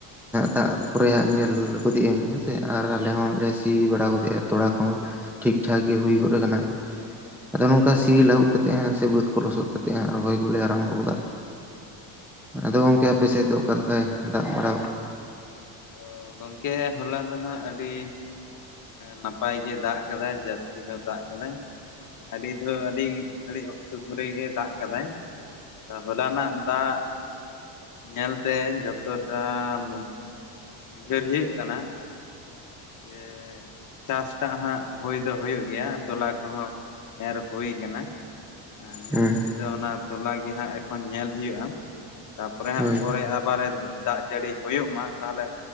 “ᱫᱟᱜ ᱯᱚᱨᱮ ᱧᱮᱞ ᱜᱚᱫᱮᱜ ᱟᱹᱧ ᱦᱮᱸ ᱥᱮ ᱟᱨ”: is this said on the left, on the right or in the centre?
Centre